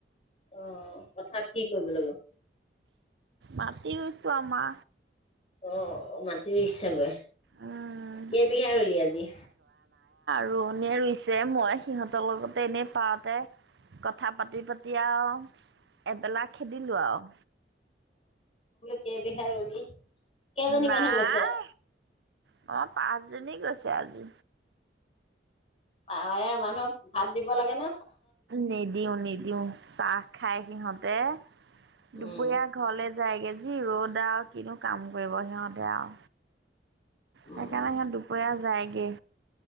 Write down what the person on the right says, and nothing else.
মাটি গোচোৱা আমা
উম,
ৰুৱনীয়ে ৰুইছে মই সিহঁতৰ লগতে এনেই পাতে কথা পাতি পাতি আৰু। এবেলা খেদিলোঁ আৰু।
নাই,
মই পাঁচ পাচঁজনী গৈছে আজি।
নিদিও নিদিও, চাহ খাই সিহঁত। তে দুপৰীয়া
ঘৰলে যায়গৈ যি ৰ'দ আৰু কিনো কাম কৰিব সিহঁতে আও।
সেইকাৰণে সিহ দুপৰীয়া যায়। গে,